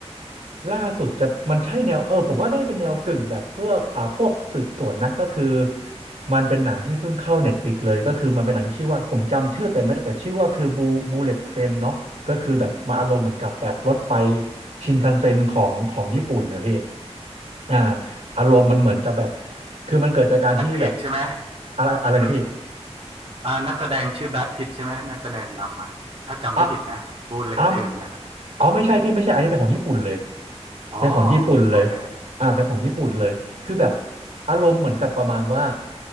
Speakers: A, on the right; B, on the right.
A: ล่าสุดจะมันใช่แนวเออผมว่าได้เป็นแนวกึ่งแบบเพื่ออ่าพวกสืบสวนนะก็คือมันเป็นหนังที่เพิ่งเข้าเน็ตฟลิกเลยก็คือมันเป็นหนังที่ชื่อว่าผมจำชื่อแต่ไม่ได้แต่ชื่อว่าคือบูบูเลตเทรนเนาะก็คือแบบมาอารมณ์เหมือนกับแบบรถไฟชินคันเซ็นของของญี่ปุ่นนะพี่อ่าอารมณ์มันเหมือนกับแบบคือมันเกิดจากการที่แบบ
B: แบทพิทใช่ไหม
A: อะไรอะไรนะพี่
B: อืมอ่านักแสดงชื่อแบทพิทใช่ไหมนักแสดงนำอ่ะถ้าจำไม่ผิดนะบูเลตเทรนนะ
A: อ่ะ อ้าวอ๋อไม่ใช่พี่ไม่ใช่อันนี้เป็นของญี่ปุ่นเลย
B: อ๋อ
A: เป็นของญี่ปุ่นเลย
B: โอเค
A: อ่าเป็นของญี่ปุ่นเลยคือแบบอารมณ์เหมือนกับประมาณว่า